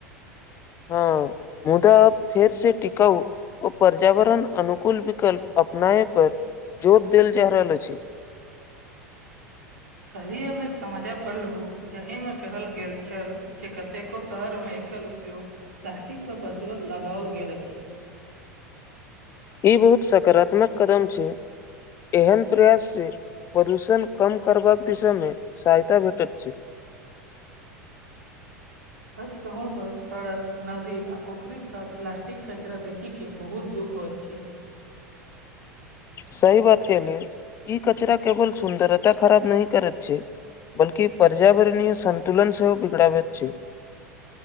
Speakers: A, on the left; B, on the right.
A: हँ मुदा आ फेर से टिकाउ ओ पर्यावरण अनुकूल विकल्प अपनाय पर जोर देल जा रहल अछि
B: काल्हि हम एक समाचार पढ़लहु जाहि मे कहल गेल छल जे कतेको शहर में एकल उपयोग प्लास्टिक पर प्रतिबंध लगाओल गेल अछि
A: ई बहुत सकारात्मक कदम छै एहन प्रयाससँ प्रदूषण कम करबाक दिशामे सहायता भेटैत छै
B: सच कहू तऽ सड़क नदी आ पोखरि काट प्लास्टिक कचरा देखी के बहुत दुःख हो छै
A: सही बात कहली ई कचरा केवल सुन्दरता खराब नहि करैत छै बल्कि पर्यावरणीय संन्तुलन सेहो बिगड़ाबैत छै